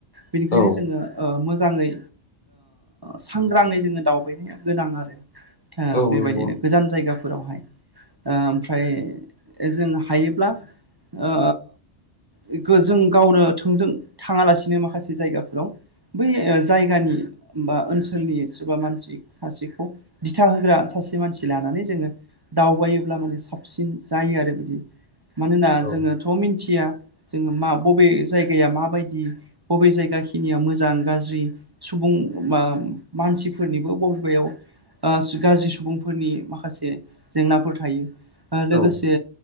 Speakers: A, on the right (about 30°); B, on the left (about 45°).
A: बेनिखायनो
B: औ
A: जोङो मोजाङै सांग्राङै जोङो दावबायनाया गोनां आरो
B: औ
A: बेबायदिनो
B: नंगौ
A: गोजान जायगाफोरावहाय ओमफ्राय जों हायो ब्ला ओ बेखौ‌ जों गावनो थोंजों थाङालासिनो माखासे जायगाफोराव बै जायगानि बा ओनसोलनि सोरबा मानसि सासेखौ दिथा होग्रा सासे मानसि लानानै जोङो दावबायोब्ला माने साबसिन जायो आरो बिदि मानोना
B: औ
A: जोङोथ' मिथिया जोङो मा बबे जायगाया माबायदि बबे जायगा खिनिया मोजां गाज्रि सुबुं बा मानसिफोरनिबो बबेबायाव ओ गाज्रि सुबुंफोरनि माखासे जेंनाफोर थायो। ओ लोगोसे
B: औ